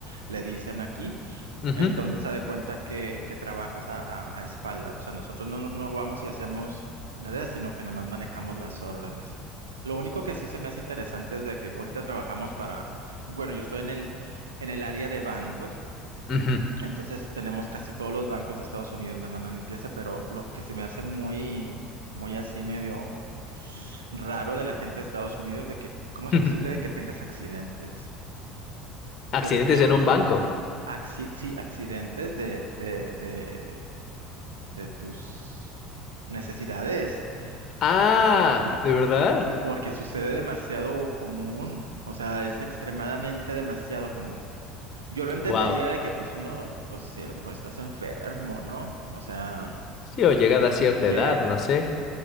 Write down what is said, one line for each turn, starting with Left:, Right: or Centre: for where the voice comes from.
Right: le dicen aquí.
Left: Ujú,
Right: Entonces, haz de cuenta que, que trabajas a, a- a espaldas. O sea, nosotros no, no no vamos y hacemos nada, sino que nada más manejamos las órdenes. Lo único que sí se me hace interesante es de que ahorita trabajamos para, bueno, yo estoy en el, en el área de bancos,
Left: ujú,
Right: entonces tenemos casi todos los bancos de Estados Unidos le mandan limpieza, pero lo que se me hace muy, muy así medio raro de la gente de Estados Unidos, de que, ¿cómo es
Left: <laughs>
Right: posible
Left: ujú.
Right: de que tengas accidentes?
Left: Accidentes
Right: Yo lo entiendo.
Left: en un banco.
Right: Acci- sí, accidentes de, de, de tus necesidades,
Left: Ah,
Right: ¿no?
Left: ¿de verdad?
Right: Porque sucede demasiado común, o sea, es extremadamente demasiado común. Yo lo entendería
Left: Wow.
Right: de que pues uno, pues si a lo mejor estás enfermo, ¿no? O sea,
Left: Sí, o llegada a cierta
Right: llegas
Left: edad, no
Right: a...
Left: sé.